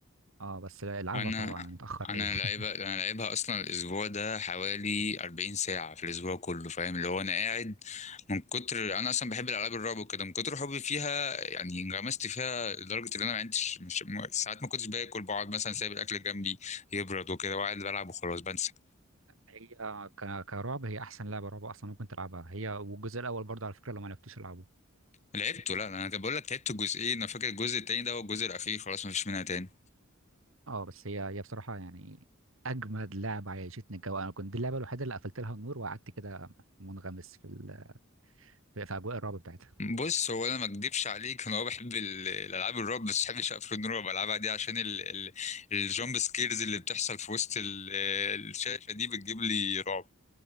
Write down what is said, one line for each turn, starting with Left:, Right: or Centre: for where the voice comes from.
Right: اه بس العبها
Left: انا
Right: طبعا متاخر
Left: انا
Right: ايه <laughs>
Left: لعيبه انا لعيبها اصلا الاسبوع ده حوالي 40 ساعه في الاسبوع كله فاهم اللي هو انا قاعد من كتر انا اصلا بحب الالعاب الرعب وكده من كتر حبي فيها يعني انغمست فيها لدرجه ان انا ما عندش مش م- ساعات ما كنتش باكل بقعد مثلا سايب الاكل جنبي يبرد وكده وقاعد بلعب وخلاص بنسى
Right: هي ك- كرعب هي احسن لعبه رعب اصلا ممكن تلعبها هي والجزء الاول برضه على فكره لو ما عرفتوش العبه
Left: لعبته لا انا بقول لك لعبت الجزئين انا فاكر الجزء التاني ده هو الجزء الاخير خلاص مفيش منها تاني
Right: اه بس هي هي بصراحه يعني اجمد لعبه عيشتني الجو انا كنت دي اللعبه الوحيده اللي قفلت لها النور وقعدت كده منغمس في ال... في في اجواء الرعب بتاعتها
Left: بص هو انا ما اكدبش عليك انا هو بحب ال- الالعاب الرعب بس ما بحبش افلام الرعب العبها دي عشان ال- ال- الجامب سكيرز اللي بتحصل في وسط ال- الشاشه دي بتجيب لي رعب